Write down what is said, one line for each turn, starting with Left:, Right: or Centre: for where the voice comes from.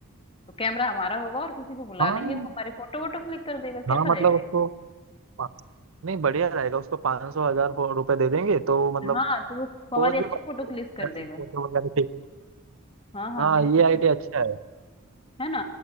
Left: तो कैमरा हमारा होगा और किसी को बुला
Right: हाँ
Left: लेंगे वो हमारी फोटो वोटो क्लिक कर देगा कैसा
Right: हाँ मतलब
Left: रहेगा ये?
Right: उसको पा- नहीं बढ़िया रहेगा उसको पाँच सौ हजार फो- रुपए दे देंगे तो मतलब
Left: हाँ तो वो हमारी
Right: पोज
Left: अच्छी
Right: भी
Left: फोटो क्लिक
Right: कैसे
Left: कर देगा
Right: फोटो वगैरह ठीक
Left: हाँ हाँ
Right: हाँ
Left: बिल्कुल
Right: ये आइडिया
Left: बिल्कुल
Right: अच्छा है
Left: है ना